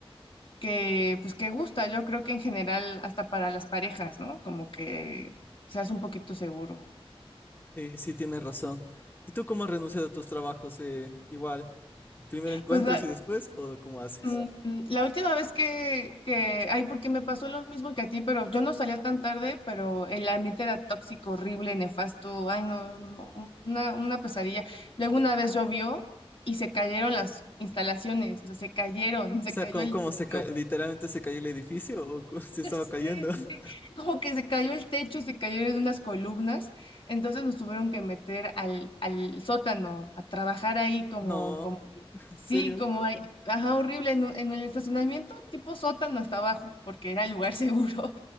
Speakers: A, on the left; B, on the left.
A: que, pues, que gusta. Yo creo que en general, hasta para las parejas, ¿no? Como que seas un poquito seguro.
B: sí, sí tienes razón. ¿Y tú cómo renuncias a tus trabajos? eh, igual, ¿primero encuentras
A: Pues la-
B: y después o cómo haces?
A: Mm, mm, La última vez que, que, ay, porque me pasó lo mismo que a ti, pero yo no salía tan tarde, pero el ambiente era tóxico, horrible, nefasto, ay, no, no, no, un- una, una pesadilla. Luego una vez llovió y se cayeron las instalaciones, o sea, se cayeron, se
B: O sea,
A: cayó
B: ¿cómo,
A: el
B: cómo se ca-
A: techo.
B: literalmente se cayó el edificio o <laughs> se
A: <laughs>
B: estaba cayendo?
A: Sí,
B: <laughs>
A: sí, como que se cayó el techo, se cayeron unas columnas, entonces nos tuvieron que meter al, al sótano a trabajar ahí como,
B: No,
A: como
B: ¿en
A: Sí,
B: serio?
A: como hay, ajá, horrible, en, un- en el estacionamiento tipo sótano hasta abajo, porque era el lugar <laughs> seguro.